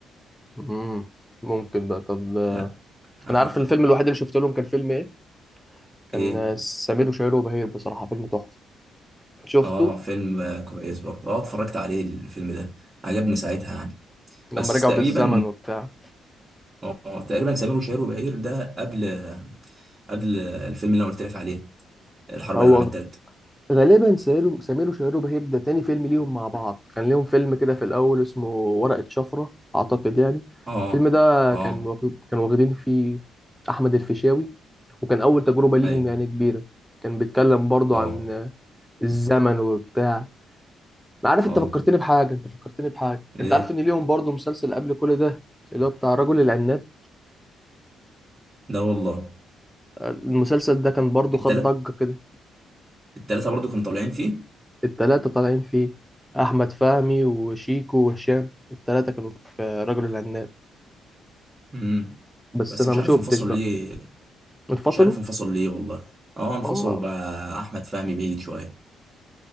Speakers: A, in the centre; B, on the right (about 25°).
A: مم. ممكن بقى طب
B: لا آه.
A: انا عارف الفيلم الوحيد اللي شفت لهم كان فيلم ايه كان
B: ايه
A: سمير وشهير وبهير بصراحة فيلم تحفة شفته
B: اه فيلم آه، كويس برضه اه اتفرجت عليه الفيلم ده عجبني ساعتها يعني
A: لما
B: بس
A: رجعوا
B: تقريبا
A: بالزمن وبتاع
B: اه آه، تقريبا سمير وشهير وبهير ده قبل قبل الفيلم اللي انا قلت لك عليه الحرب
A: هو
B: العالميه الثالثه
A: غالبا سمير سمير وشهير وبهير ده تاني فيلم ليهم مع بعض كان ليهم فيلم كده في الأول اسمه ورقة شفرة أعتقد يعني
B: اه
A: الفيلم ده
B: اه
A: كان واخد كان واخدين فيه أحمد الفيشاوي وكان أول تجربة ليهم
B: ايوه
A: يعني كبيرة كان بيتكلم برضو
B: اه
A: عن الزمن وبتاع ما عارف
B: اه
A: أنت فكرتني بحاجة أنت فكرتني بحاجة
B: ايه
A: أنت عارف إن ليهم برضو مسلسل قبل كل ده اللي هو بتاع رجل العناب
B: ده والله
A: المسلسل ده كان برضو خد
B: التلات
A: ضجة كده
B: التلاته برضو كانوا طالعين فيه
A: التلاتة طالعين فيه أحمد فهمي وشيكو وهشام التلاتة كانوا في رجل العناب
B: امم
A: بس
B: بس
A: أنا
B: مش
A: ما
B: عارف
A: شفتش
B: انفصل
A: بقى
B: ليه
A: انفصلوا
B: مش عارف انفصل ليه والله اه انفصلوا
A: ماما
B: بقى احمد فهمي بعيد شويه